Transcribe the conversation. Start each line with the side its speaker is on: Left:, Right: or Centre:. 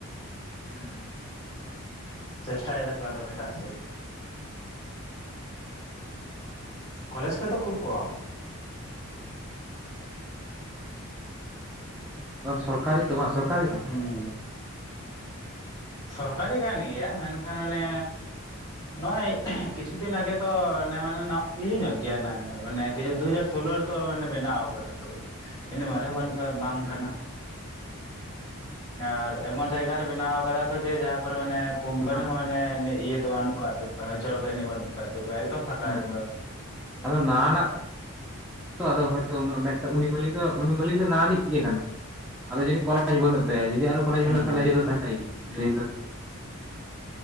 Centre: ᱦᱩᱸ
Left: ᱪᱮᱥᱴᱟᱭ ᱫᱟᱠᱚ ᱟᱨᱚ ᱮᱴᱟᱜ ᱥᱮ ᱠᱚᱞᱮᱡᱽ ᱠᱷᱚᱡ ᱫᱚ ᱠᱷᱩᱵ ᱠᱚᱢ
Centre: ᱥᱚᱨᱠᱟᱨᱤ ᱛᱚ ᱵᱟᱝ ᱥᱚᱨᱠᱟᱨᱤ ᱛᱚ
Left: ᱦᱩᱸ ᱥᱚᱨᱠᱟᱨᱤ ᱠᱟᱱ ᱜᱮᱭᱟ ᱢᱮᱱᱠᱷᱟᱱ ᱚᱱᱮ ᱱᱚᱜᱼᱚᱭ ᱠᱤᱪᱷᱩ ᱫᱤᱱ ᱟᱜᱮ ᱛᱚ ᱢᱟᱱᱮ ᱤᱭᱟᱹ ᱧᱚᱜ ᱜᱮᱭᱟ ᱱᱟ ᱢᱟᱱ ᱠᱤᱪᱷᱩ ᱫᱩ ᱦᱟᱡᱟᱨ ᱥᱳᱞᱳ ᱛᱚ ᱢᱟᱱᱮ ᱵᱮᱱᱟᱣ ᱠᱮᱫᱟ ᱠᱚ ᱤᱱᱟ ᱢᱟᱨᱮ ᱦᱚᱸ ᱵᱟᱝ
Centre: ᱦᱩᱸ
Left: ᱠᱟᱱᱟ ᱟᱨ ᱮᱢᱚᱱ ᱡᱟᱭᱜᱟ ᱨᱮ ᱵᱮᱱᱟᱣ ᱟᱠᱟᱫᱟ᱾ ᱡᱮ ᱡᱟᱦᱟᱸ ᱠᱚᱨᱮ ᱢᱟᱱᱮ ᱠᱳᱢᱯᱟᱱᱤ
Centre: ᱦᱮᱸ
Left: ᱦᱚᱸ ᱢᱟᱱᱮ ᱮᱱᱹ ᱤᱭᱟᱹ ᱫᱚ ᱵᱟᱹᱱᱩᱜ ᱟᱠᱟᱫ ᱛᱟᱠᱚᱣᱟ ᱡᱚᱨ ᱫᱚ ᱮᱱᱹᱜ ᱵᱟᱹᱱᱩᱜ ᱟᱠᱟᱫ ᱛᱟᱠᱚᱣᱟ ᱮᱠᱫᱚᱢ ᱯᱷᱟᱸᱠᱟ
Centre: ᱦᱮᱸ
Left: ᱨᱮᱛᱚ
Centre: ᱟᱫᱚ ᱱᱟᱟᱱᱟ ᱛᱚ ᱟᱫᱚᱭ ᱦᱚᱭ ᱛᱚ ᱩᱱᱟᱜ ᱩᱱᱤ ᱢᱟᱹᱞᱤᱠ ᱫᱚ ᱱᱟᱱᱤᱡ ᱜᱮ ᱠᱟᱱᱟᱭ᱾ ᱟᱞᱮ ᱡᱟᱹᱱᱤᱡ ᱠᱚᱞᱮᱡᱽ ᱵᱟᱹᱱᱩᱜ ᱛᱟᱭᱟ ᱡᱩᱫᱤ ᱟᱨᱚ ᱠᱚᱞᱮᱡᱽ
Left: ᱦᱩᱸ
Centre: ᱵᱟᱹᱱᱩᱜ <unintelligible>